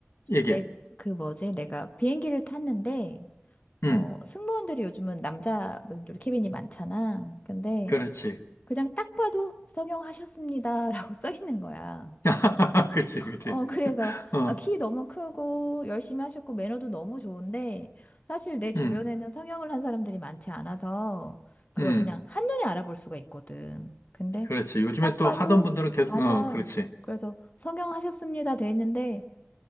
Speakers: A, on the left; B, on the left.
A: 얘기해.
B: 내, 그 뭐지? 내가 비행기를 탔는데,
A: 음,
B: 어, 승무원들이 요즘은 남자분들 캐빈이 많잖아. 근데
A: 그렇지.
B: 그냥 딱 봐도 성형하셨습니다라고 <laughs> 써 있는 거야.
A: <laughs> 그렇지, 그렇지.
B: 어, 그래서,
A: 어,
B: 아, 키 너무 크고, 열심히 하셨고, 매너도 너무 좋은데, 사실 내 주변에는
A: 음,
B: 성형을 한 사람들이 많지 않아서, 그걸
A: 음.
B: 그냥 한눈에 알아볼 수가 있거든. 근데,
A: 그렇지. 요즘에
B: 딱
A: 또
B: 봐도,
A: 하던 분들은 계속,
B: 맞아.
A: 어, 그렇지.
B: 그래서, 성형하셨습니다. 돼 있는데,